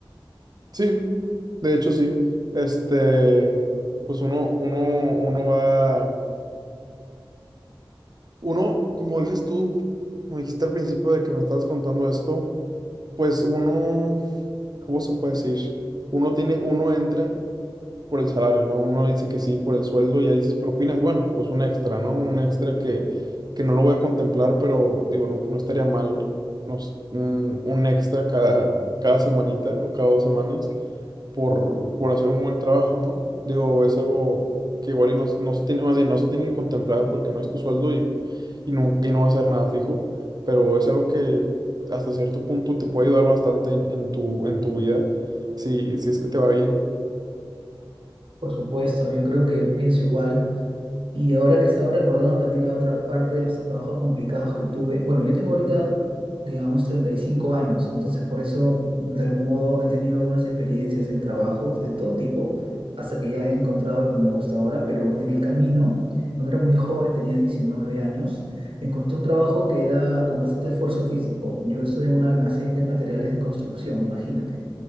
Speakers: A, on the right; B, on the right.
A: Sí, de hecho sí. Este, pues uno, uno, uno va, uno, como dices tú, como dijiste al principio de que me estabas contando esto, pues uno, ¿cómo se puede decir? Uno tiene, uno entra. por el salario, ¿no? Uno le dice que sí por el sueldo y ahí dices propinas, bueno, pues un extra, ¿no? Un extra que, que no lo voy a contemplar, pero digo, no, no estaría mal, no sé, un, un extra cada, cada semanita o cada dos semanas por, por hacer un buen trabajo, ¿no? Digo, es algo que igual y no, no se tiene, más bien, no se tiene que contemplar porque no es tu sueldo y, y no, y no va a ser nada fijo, pero es algo que hasta cierto punto te puede ayudar bastante en, en tu, en tu vida, si, si es que te va bien.
B: Por supuesto, yo creo que pienso igual. Y ahora que estaba recordando también la otra parte de los trabajos complicados que tuve, bueno, yo tengo ahorita, digamos, 35 años, entonces por eso, de algún modo, he tenido algunas experiencias en trabajos de todo tipo, hasta que ya he encontrado lo que me gusta ahora, pero en el camino, cuando era muy joven, tenía 19 años, encontré un trabajo que era con bastante esfuerzo físico. Yo estuve en un almacén de materiales de construcción, imagínate.